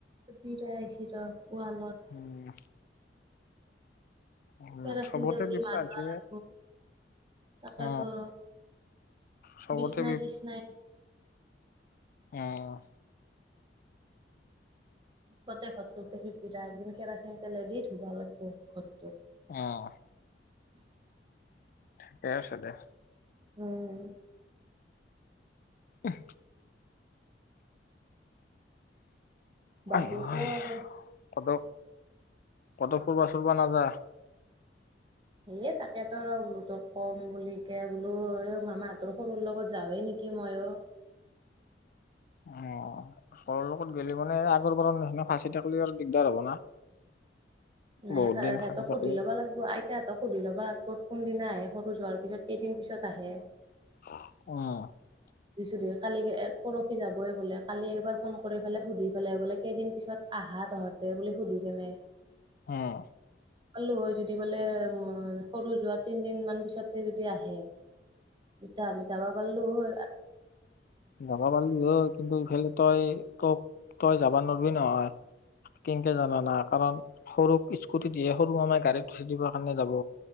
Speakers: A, on the right; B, on the left.
A: বিৰা আহিছ ৰ ৱালত।
B: উম উম,
A: কেৰাচিন
B: চবতে
A: তেল দি
B: বিপদ
A: মাৰ
B: আছে
A: লাগিব, তাকে
B: অ,
A: তৰ
B: চবতে
A: বিছনা চিছনাই।
B: আহ
A: কতে ঘৰটো পিপি একদিন কেৰাচিন তেলে দি ধুব লাগিব ঘৰটো।
B: অহ
A: <inaudible>
B: ঠিকে আছে দে।
A: উম!
B: আহ <unintelligible>
A: বাকী
B: আই
A: ক
B: ঐ
A: আৰু।
B: কত কত ফুবা চুৰিবা নাযায়।
A: এ তাকেতো ৰ বোলো তোক কম বুলি কে বোলো এ মামাহতৰ সৰুৰ লগত যাওৱে নেকি? কি মইয়ো।
B: অ ঘৰ লগত গ'লে মানে আগৰ পৰা নিচিনা ফাঁচি থাকিলি আৰু দিগদাৰ হব না।
A: নাই
B: বহুত দিন
A: সিহতক
B: ফাঁচি
A: সুধি
B: থাকলি।
A: লব লাগিব আইতাহঁতক সুধি লব লাগিব কোনদিনাই আহে সৰু যোৱাৰ পিছত কেইদিন পিছত আহে।
B: অহ
A: দিছিলো কালি পৰহি যাবই বোলে কালি এবাৰ ফোন কৰি পেলাই সুধি পেলাই বোলে কেইদিন পিছত আহা তহঁতে বুলি সুধি কেনে।
B: অহ
A: পালো হয় যদি বোলে সৰু যোৱা তিনদিন মান পিছতে যদি আহে। এতিয়া আমি যাব পাৰিলো হয় -
B: যাবা পাৰিলি হ কিন্তু ইফালে তই তোক তই যাবা নোৱাৰিবি নহয়। কেনেকে জানা না কাৰণ সৰুক স্কুটি দিয়ে সৰু মামাই গাড়ীত উঠি দিবৰ কাৰণে যাব।